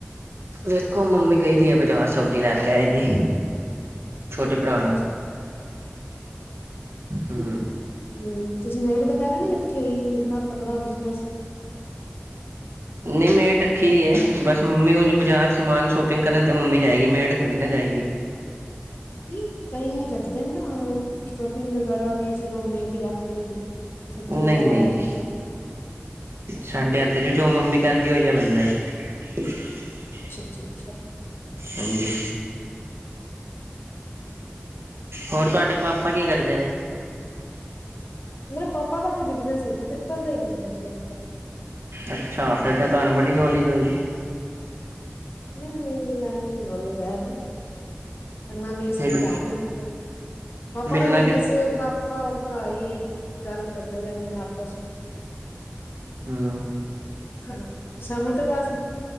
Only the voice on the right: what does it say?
ਵੇਖੋ ਮੰਮੀ ਗਈ ਦੀ ਆ ਬਜ਼ਾਰ ਸਬਜ਼ੀ ਲੈ ਕੇ ਆਏਗੀ। ਛੋਟੇ ਭਰਾ
ਨਾਲ, ਹੂੰ।
ਨਹੀ ਮੇਡ- ਰੱਖੀ ਦੀ ਹੈ ਬਸ ਮੰਮੀ ਹੁਨ ਬਾਜ਼ਾਰ ਸਮਾਨ ਸ਼ੋਪਿੰਗ ਕਰਨ ਤੇ ਮੰਮੀ ਜਾਏਗੀ ਮੇਡ ਥੋੜੀ ਨਾ ਜਾਏਗੀ।
ਨਹੀਂ-
ਨਹੀਂ
ਜੀ ਸਾਡੇ ਅੱਧ ਜੋ ਮੰਮੀ ਕਹਿੰਦੀ ਔ ਈ ਓ ਬੰਦਾ ਐ। <unintelligible>
ਹਾਂਜੀ, ਹੋਰ ਤੁਹਾਡੇ ਪਾ- ਪਾਂ ਕੀ ਕਰਦੇ ਨੇ?
ਅੱਛਾ ਫੇਰ ਤਾਂ ਤੁਹਾਨੂੰ ਬੜੀ ਨੌਲੇਜ ਹੋਏਗੀ।
ਮਿਲ
ਮਿਲਾਂਗੇ
ਹੂੰ